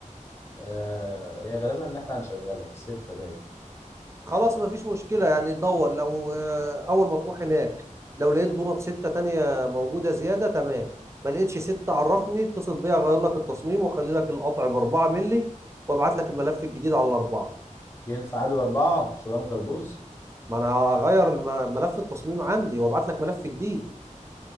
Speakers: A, on the left; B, on the right.
A: آه هي غالبا ان احنا هنشغلها ستة باين
B: خلاص مفيش مشكلة يعني دور لو آه، أول ما تروح هناك لو لقيت دونات ستة تانية موجودة زيادة تمام ما لقيتش ستة عرفني اتصل بيا أغير لك التصميم وأخلي لك القطع بأربعة ملي وأبعت لك الملف الجديد على الأربعة
A: ينفع عادي باربعة الشغلانة مش هتبوظ
B: ما انا هغير الم- ملف التصميم عندي وابعت لك ملف جديد